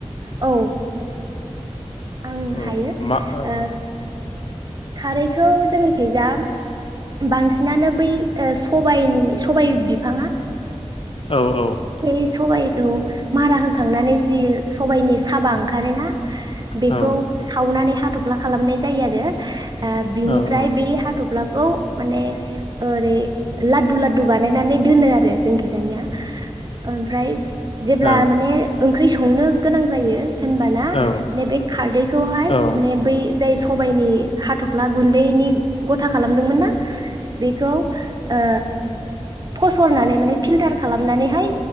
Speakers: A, on the right; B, on the left.
A: औ आं
B: औ
A: हायो
B: मा औ
A: ओ खारैखौ जोंनिखै जा बांसिनानो बै ओ सबायनि सबाय बिफाङा
B: औ औ
A: बे सबाय औ मारा होखांनानै जि सबायनि साबा ओंखारोना बेखौ
B: औ
A: सावनानै हा थ'फ्ला खालामनाय जायो आरो ओ बिनिफ्राय
B: औ औ
A: बे हाथ'फ्ला खौ माने ओरै लाददु लाददु बानायनानै दोनो आरो जोंखिजानिया ओमफ्राय जेब्ला
B: औ
A: माने ओंख्रि संनो गोनां जायो होनबाना
B: औ
A: माने बे खारदैखौहाय
B: औ
A: माने बै जाय सबायनि हाथ'फ्ला गुन्दैनि गथा खालामदोंमोनना बेखौ ओ फसरनानै माने फिल्टार खालामनानैहाय